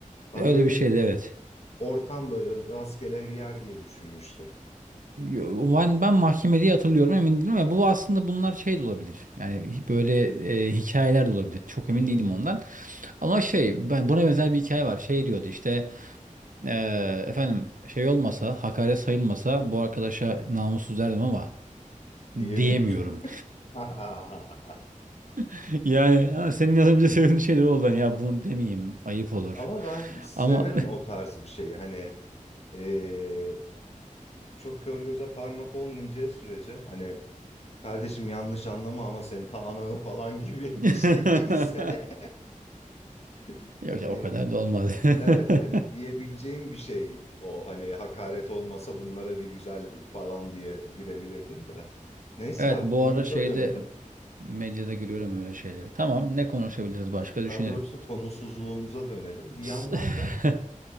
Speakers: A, on the left; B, on the right.
A: Ben
B: öyle
A: böyle
B: bir şeydi
A: bir
B: evet.
A: ortam böyle rastgele bir yer diye düşünmüştüm.
B: Yo- Ben, ben mahkemede hatırlıyorum emin değilim ya bu aslında bunlar şey de olabilir yani hi- böyle e, hikayeler de olabilir çok emin
A: Hı hı.
B: değilim ondan ama şey ben buna benzer bir hikaye var şey diyordu işte e, efendim şey olmasa hakaret sayılmasa bu arkadaşa namussuz derdim ama
A: diyemiyorum.
B: diyemiyorum
A: <laughs>
B: <laughs> yani ha, senin az önce söylediğin şey de oldu Hani ya bunu demeyeyim ayıp olur
A: Ama ben severim
B: ama
A: o tarz bir şeyi. Hani eee, çok kör göze parmak olmayacağı sürece hani kardeşim yanlış anlama ama senin ta ananı falan gibi
B: <laughs>
A: <laughs> bir şey değilse <laughs>
B: yok
A: hani
B: ya o kadar da olmaz
A: evet
B: <laughs>
A: hani diyebileceğim bir şey o hani hakaret olmasa bunlara bir güzel falan diye girebilirdim de. Neyse
B: Evet
A: abi
B: bu
A: konumuza
B: ara şeyde
A: dönelim.
B: medyada görüyorum öyle şeyleri. Tamam ne konuşabiliriz başka düşünelim.
A: Daha doğrusu konusuzluğumuza dönelim. Bir yandan
B: S- <laughs>
A: da